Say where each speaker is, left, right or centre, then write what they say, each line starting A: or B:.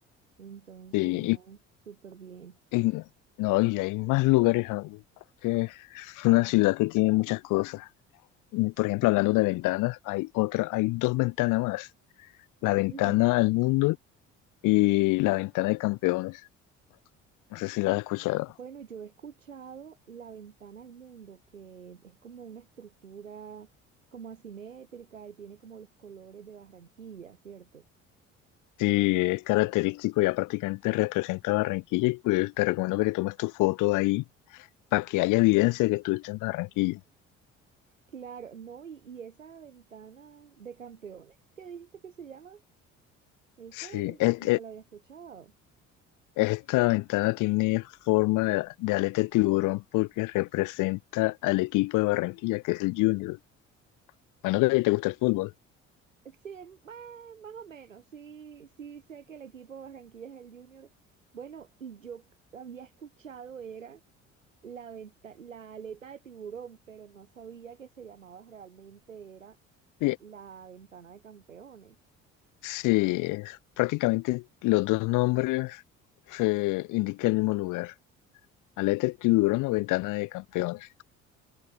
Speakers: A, on the right (about 85°); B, on the left (about 55°).
A: Entonces,
B: Sí,
A: no, súper bien.
B: y, y- no, y hay más lugares aún, que es una ciudad que tiene muchas cosas. Y, Por ejemplo, hablando de ventanas, hay otra, hay dos ventanas más. La ventana
A: Ujú.
B: al mundo y la ventana de campeones. No sé si la has escuchado.
A: Bueno, yo he escuchado La Ventana al Mundo, que es como una estructura como asimétrica y tiene como los colores de Barranquilla, ¿cierto?
B: Sí, es característico, ya prácticamente representa Barranquilla y pues te recomiendo que te tomes tu foto ahí para que haya evidencia de que estuviste en Barranquilla.
A: Claro, no, y, y esa ventana de campeones que dijiste que se llama, esa
B: Sí,
A: n-
B: es,
A: no la había escuchado.
B: Esta ventana tiene forma de, de aleta de tiburón porque representa al equipo de Barranquilla, que es el Junior. Bueno, que a ti te gusta el fútbol.
A: Sí, eh, bueno, más o menos, sí, sí sé que el equipo de Barranquilla es el Junior. Bueno, y yo c- había escuchado era la venta- la aleta de tiburón, pero no sabía que se llamaba realmente era
B: Sí,
A: la ventana de campeones.
B: sí, es- prácticamente los dos nombres se indican el mismo lugar. Aleta de tiburón o ventana de campeones.